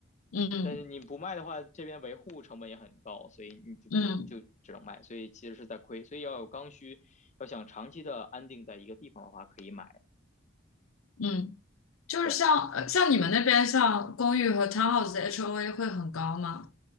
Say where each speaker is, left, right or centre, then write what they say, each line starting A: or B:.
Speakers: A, on the left (about 80°); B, on the left (about 35°).
A: 嗯
B: 但是你不卖的话，这边维护成本也很高，所以你就不就只能卖，
A: 嗯
B: 所以其实是在亏，所以要有刚需，要想长期的安定在一个地方的话，可以买，嗯，
A: 嗯，就是像呃像你们那边像公寓和
B: 对，
A: townhouse 的 HOA 会很高吗？